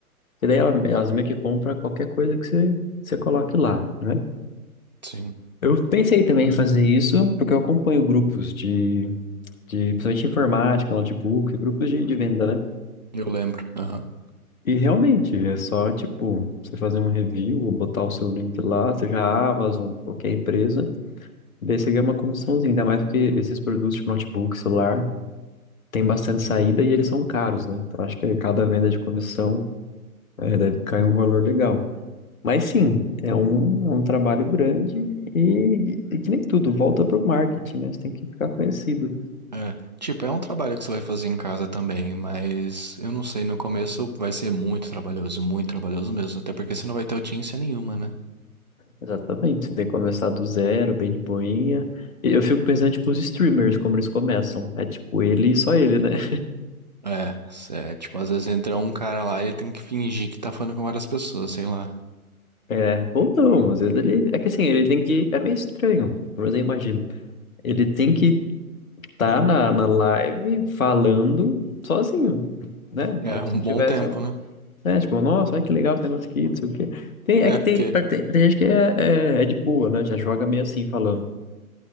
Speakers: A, on the left; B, on the right.
A: e daí ela- elas meio que compram qualquer coisa que você, você coloque lá, né?
B: Sim,
A: Eu pensei também em fazer isso, porque eu acompanho grupos de, de principalmente informática, notebook, grupos de, de venda, né?
B: eu lembro. Aham.
A: E realmente, é só, tipo, você fazer um review, ou botar o seu link lá, seja a Amazon, qualquer empresa, Daí você ganha uma comissãozinha, ainda mais porque esses produtos de notebook, celular, tem bastante saída e eles são caros, né? Então acho que cada venda de comissão é, deve cair um valor legal. Mas sim, é um, é um trabalho grande e, e que nem tudo, volta pro marketing, né? Você tem que ficar conhecido.
B: É. Tipo, é um trabalho que você vai fazer em casa também, mas eu não sei, no começo vai ser muito trabalhoso, muito trabalhoso mesmo, até porque você não vai ter audiência nenhuma, né?
A: Exatamente, você tem que começar do zero, bem de boinha. E eu fico pensando, tipo, os streamers, como eles começam. É tipo, ele e só ele, né? <laughs>
B: É, é, tipo, às vezes entra um cara lá e ele tem que fingir que tá falando com várias pessoas, sei lá.
A: É, ou não, às vezes ele. É que assim, ele tem que. É meio estranho, mas eu imagino. Ele tem que tá na, na live falando sozinho, né?
B: É
A: Como
B: um
A: se tivesse
B: bom tempo,
A: um.
B: né?
A: Né? Tipo, nossa, olha que legal esse negócio aqui, não sei o quê. Tem,
B: É,
A: é que
B: porque
A: tem, tem, tem gente que é, é, é de boa, né? Já joga meio assim, falando.